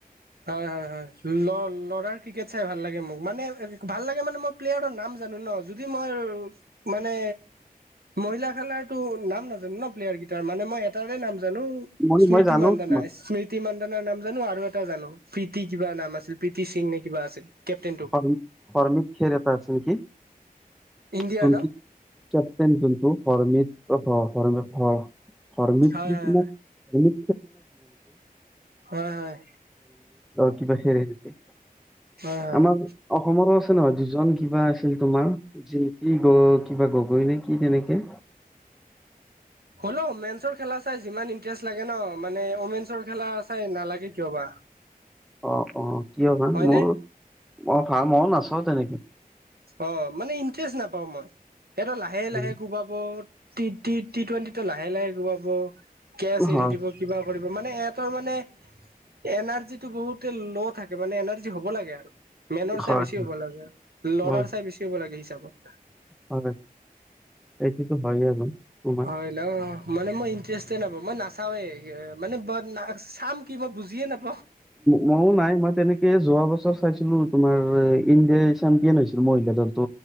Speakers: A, on the right (about 85°); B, in the centre.
A: হয় হয় হয় ল ল'ৰাৰ ক্ৰিকেট চাই ভাল লাগে মোক মানে ভাল লাগে মানে মই প্লেয়াৰৰ নাম। জানো ন যদি মই মানে মহিলা খেলাৰ তো নাম নাজানো ন প্লেয়াৰ কেইটাৰ মানে মই এটাৰে নাম, জানো
B: মই
A: স্মৃতি
B: মই জানো
A: মান্দানা
B: তোমাৰ
A: স্মৃতি মান্দানাৰ নাম জানো আ জানো প্ৰীতি কিবা নাম আছিল। প্ৰীতি সিং নে কিবা আছিল। কেপ্টেইনটো
B: শৰ্মিত খেৰ এটা আছে নেকি?
A: ইণ্ডিয়াৰ
B: ত
A: ন
B: কেপটন তো ফৰ্মে অ! চ ন!
A: হয় হয়
B: নক! ম
A: হয় হয় হয় হয়
B: কি বছ চে নক
A: হয় হয়
B: আমাৰ অসমৰো নহয় দুজন কিবা আছিল তোমাৰ কি গ কিবা গগৈ নে কি তেনেকে
A: হ'ল মেনচৰ খেলা চাই যিমান ইণ্টাৰেষ্ট লাগে ন মানে মেনৰ খেলা। চাই নালাগে কিয় বা
B: অ অ কিয় ভ
A: হয়নে
B: মোৰ মই ভাল মই নাচাও তেনেকে
A: অ মানে ইণ্টাৰেষ্ট নাপাওঁ মই। এইাতটো লাহে লাহে
B: উম,
A: ঘোবাব টি ট টি টুৱেণ্টি টো লাহে লাহে গোৱাব। কেছ এৰি
B: হয়,
A: দিব কিবা কৰিব মানে এ ত মানে এনাৰ্জি টো বহুত। ল' থাকে মানে এনাৰ্জি হ'ব লাগে আৰু মেনৰ চাই
B: হয়,
A: বেছি হ'ব লাগে। লৰাৰ
B: হয়,
A: চাই বেছিব'াগে। াগে হিচাপত
B: হয়। এইটোতো হয় আৰু তোমাৰ।
A: হয় ন মানে মই ইণ্টাৰেষ্টে নাপাওঁ মই নাচাৱেই মানে চাম কিব, বুজে নাপ
B: মইো নাই মই তেনেকে যোৱা বছৰ চাইছিলো। তোমাৰ ইণ্ডিয়াৰ চেম্পিয়ন হৈছিল মহিলা দলটো